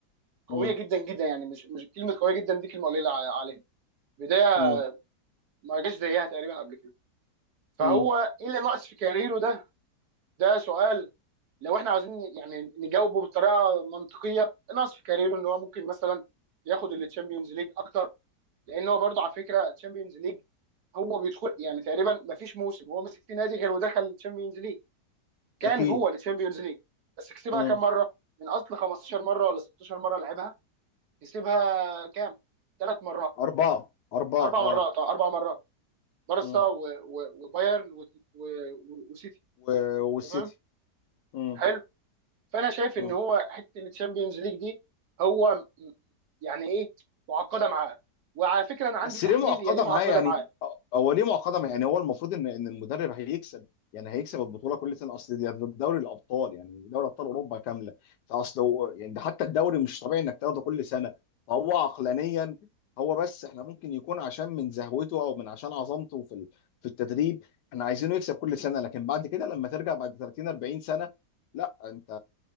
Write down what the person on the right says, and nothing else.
قويه
جدا جدا يعني مش مش كلمه قويه جدا دي كلمه قليله ع- عليها بدايه
ما جاش زيها تقريبا قبل كده فهو
ايه اللي ناقص في كاريره ده ده سؤال لو احنا عاوزين يعني نجاوبه بطريقه منطقيه ناقص في كاريره ان هو ممكن مثلا ياخد التشامبيونز ليج اكتر لان هو برضه على فكره تشامبيونز ليج هو بيدخل يعني تقريبا ما فيش موسم هو مسك فيه نادي غير ودخل التشامبيونز ليج كان
جوه التشامبيونز ليج بس كسبها
كام مره من اصل 15 مره ولا 16 مره لعبها كسبها كام ثلاث مرات
اربع
مرات اه اربع مرات بارسا
و- و- وبايرن و- و- وسيتي
تمام
حلو فانا شايف
ان هو حته الشامبيونز ليج دي هو م- يعني ايه معقده معاه وعلى فكره انا عندي
تحليل
هي ليه معقده
معاه